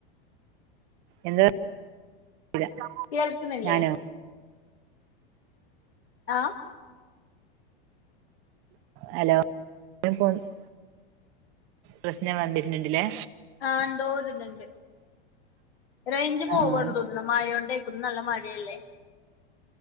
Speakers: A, on the right; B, on the left.
A: എന്താ പറഞ്ഞില്ല
B: കേൾക്ക്ണില്ലേ?
A: ഞാനോ
B: ആഹ്
A: ഹലോ? <unintelligible> പ്രശ്നം വന്നിട്ണ്ടില്ലേ
B: ആഹ് എന്തോരുത്ണ്ട് റേഞ്ച് പോവാണ്
A: ആഹ്
B: തോന്നുന്നു. ന്ന മയോണ്ട് ര്ക്കും ഇന്ന് നല്ല മഴയല്ലേ